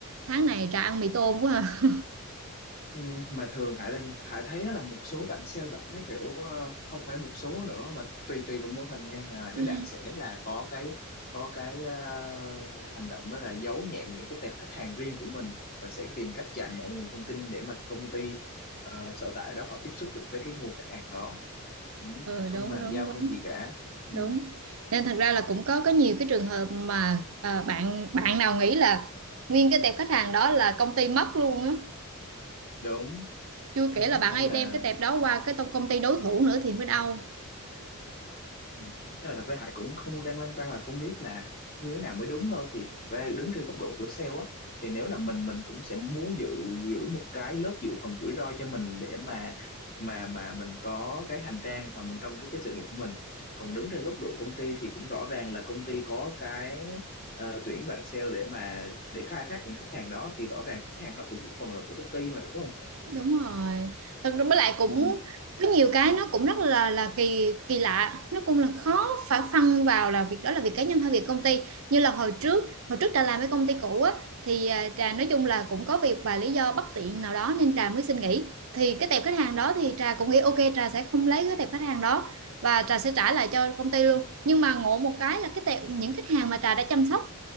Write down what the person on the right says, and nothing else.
tháng này ra ăn mì tôm quá à
ừ.
ừ
đúng
đúng
đúng
đúng nên thật ra là cũng có có nhiều cái trường hợp mà à, bạn bạn nào nghĩ là nguyên cái tệp khách hàng đó là công ty mất luôn á
chưa
kể là bạn
ấy
đem cái tệp đó qua cái tông- công ty đối thủ nữa thì mới đau
đúng rồi thật ra với lại cũng
có nhiều cái nó cũng rất là là kỳ kỳ lạ nó cũng là khó phải phân vào là việc đó là việc cá nhân hay việc công ty như là hồi trước hồi trước trà làm với công ty cũ á thì à, trà nói chung là cũng có việc và lý do bất tiện nào đó nên trà mới xin nghỉ thì cái tệp khách hàng đó thì trà cũng nghĩ ok trà sẽ không lấy cái tệp khách hàng đó và trà sẽ trả lại cho công ty luôn nhưng mà ngộ một cái là cái tệp những khách hàng mà trà đã chăm sóc